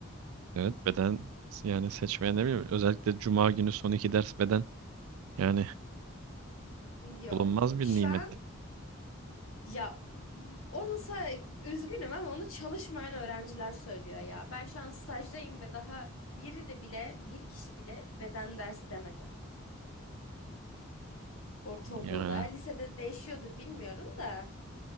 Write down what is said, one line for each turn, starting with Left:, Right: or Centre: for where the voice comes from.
Right: Evet beden yani seçmeye ne bileyim. Özellikle cuma günü son iki ders beden yani
Left: Yok
Right: bulunmaz bir
Left: şu
Right: nimet.
Left: an ya onu say üzgünüm ama onu çalışmayan öğrenciler söylüyor ya. Ben şu an stajdayım ve daha birini bile bir kişi bile beden dersi demedi. Ortaokulda
Right: Yani
Left: lisede değişiyordur bilmiyorum da.